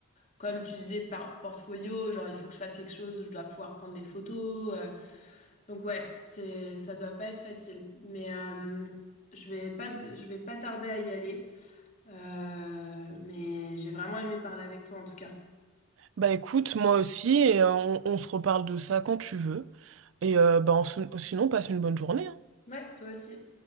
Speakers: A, on the left (about 40°); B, on the right (about 70°).
A: comme tu disais, par portfolio, genre il faut que je fasse quelque chose où je dois pouvoir prendre des photos. euh. Donc ouais, c'est ça doit pas être facile. Mais euh, je vais pas je vais pas tarder à y aller. Euh, mais j'ai vraiment aimé parler avec toi en tout cas.
B: Bah écoute, moi aussi, et euh, on, on se reparle de ça quand tu veux. Et euh, bah, en- sinon, passe une bonne journée. hein.
A: Ouais, toi aussi.